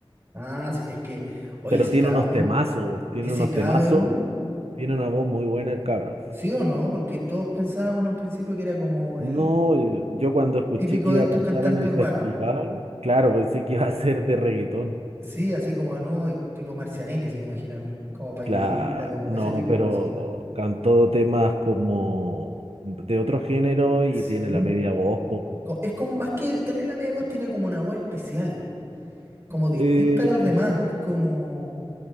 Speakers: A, on the right; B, on the right.
A: Ah, sí, es que, oye,
B: Pero
A: ese
B: tiene
A: cabro,
B: unos temazos, tiene
A: ese
B: unos
A: cabro,
B: temazos, tiene una voz muy buena el cabro.
A: ¿sí o no? Porque todos pensábamos en un principio que era como
B: No,
A: el
B: eh, yo cuando escuché
A: típico
B: que iba
A: de estos
B: a cantar
A: cantantes
B: en el
A: urbanos.
B: festival, claro, pensé que iba a ser de reggaetón.
A: Sí, así como, no, el tipo Marcianeque, se me imagina a mí. Como Pailita,
B: Claro,
A: como
B: no,
A: ese tipo
B: pero
A: de música.
B: cantó temas como de otro género y
A: Sí.
B: tiene la media voz, poco.
A: Co- Es como, más que tener la media voz, tiene como una voz especial, como distinta
B: Eh,
A: a los demás. Es como,